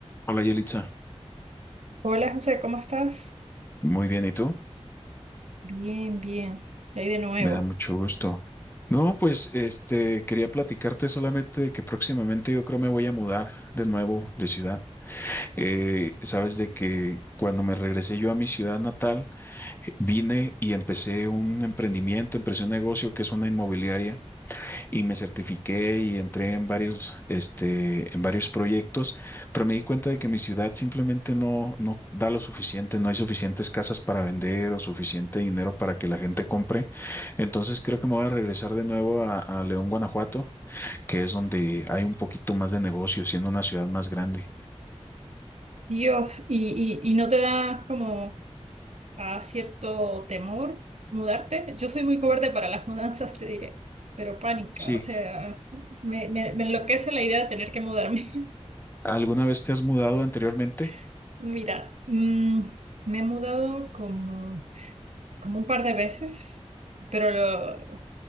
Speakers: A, on the left; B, on the right.
A: Hola Yelitza,
B: Hola José, ¿cómo estás?
A: muy bien, ¿y tú?
B: Bien, bien. Y ahí de nuevo.
A: Me da mucho gusto. No, pues este quería platicarte solamente de que próximamente yo creo me voy a mudar de nuevo de ciudad. Eh, sabes de que cuando me regresé yo a mi ciudad natal, eh, vine y empecé un emprendimiento, empecé un negocio que es una inmobiliaria. y me certifiqué y entré en varios, este, en varios proyectos, pero me di cuenta de que mi ciudad simplemente no, no da lo suficiente, no hay suficientes casas para vender o suficiente dinero para que la gente compre. Entonces creo que me voy a regresar de nuevo a, a León, Guanajuato, que es donde hay un poquito más de negocio, siendo una ciudad más grande.
B: Dios, ¿y, y, y no te da como a cierto temor mudarte? Yo soy muy cobarde para las mudanzas, te diré, pero pánica,
A: Sí,
B: o sea, me, me, me enloquece la idea de tener que mudarme.
A: ¿alguna vez te has mudado anteriormente?
B: <laughs> Mira, mm, me he mudado como, como un par de veces, pero lo-